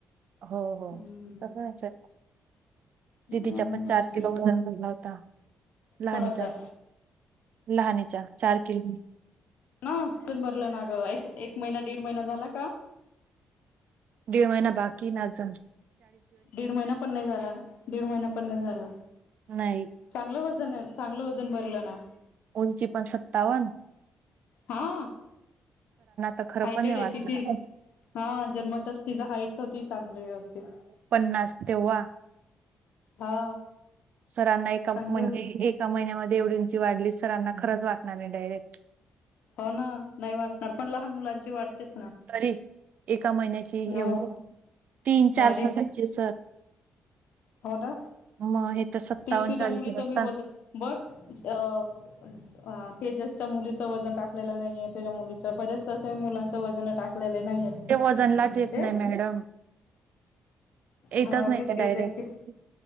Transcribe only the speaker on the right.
हो हो
तस असेल. दिदीच्या
पण
चार किलो वजण भरला होता. लहानीचा,
लहानीच्या चार किलो
दीड महिना बाकी नाजून.
नाही
उंची पण सत्तावन
तर खरं
पण नाही
वाटणार
पन्नास तेव्हा
सरांना एका..
म्हणजे एका महिन्यामध्ये.. एवढी उंची वाढली, सरांना खरच वाटणार नाही डायरेक्ट.
तरी.. एका महिन्याची एवढी,
तीन चार
स्वतःची सर
मग हे तर सत्तावन्न
चाळीस
बसतात
ते वजनलाच
येत नाही मॅडम येतच
नाही
डायरेक्ट